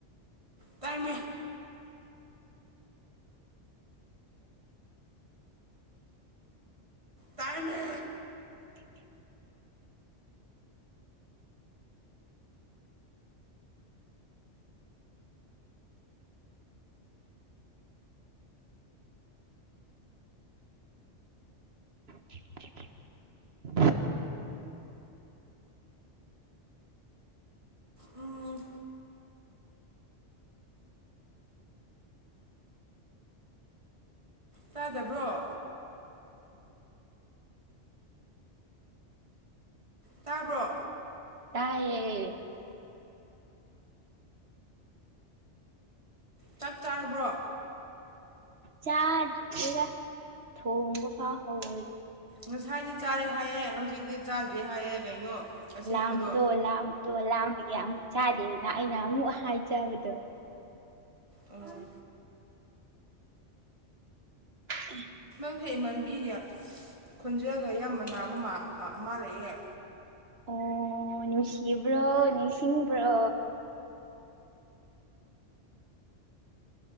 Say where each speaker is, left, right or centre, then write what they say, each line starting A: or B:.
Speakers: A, on the right; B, on the right.
A: ꯇꯃꯦꯃꯦ ꯇꯥꯏꯃꯦ
B: ꯊ <inaudible>
A: ꯎꯝ ꯇꯥꯗꯕ꯭ꯔꯣ ꯇꯥꯕ꯭ꯔꯣ
B: ꯌꯥꯌꯦꯦ
A: ꯇꯛ ꯇꯥꯔꯕ꯭ꯔꯣ
B: ꯆꯥꯗ꯭ꯔꯤꯒ ꯊꯣꯡꯕ ꯐꯥꯎꯍꯋ
A: ꯉꯁꯥꯏꯗꯤ ꯆꯥꯔꯦ ꯍꯥꯏꯑꯦ ꯍꯧꯖꯤꯛꯇꯤ ꯆꯥꯗ꯭ꯔꯤ ꯍꯥꯏꯑꯦ ꯀꯩꯅꯣ ꯑꯁꯦꯡꯕꯗꯣ
B: ꯂꯝꯕꯗꯣ ꯂ ꯑꯣ ꯂꯥꯝꯕꯒꯤ ꯑꯃꯨꯛ ꯆꯥꯗꯦꯅ ꯑꯩꯅ ꯑꯃꯨꯛ ꯍꯥꯏꯖꯕꯗꯣ
A: ꯑꯣ
B: ꯍ ꯎ
A: ꯑꯗꯨ ꯍꯦꯛꯃꯥꯟꯕꯤ ꯈꯣꯟꯖꯦꯜꯒ ꯌꯥꯝꯅ ꯅꯥꯕ ꯑꯃ ꯂꯩꯑꯦ
B: ꯑꯣ ꯅꯨꯡꯁꯤꯕ꯭ꯔꯣ ꯅꯤꯡꯁꯤꯡꯁꯤꯡꯕ꯭ꯔꯣ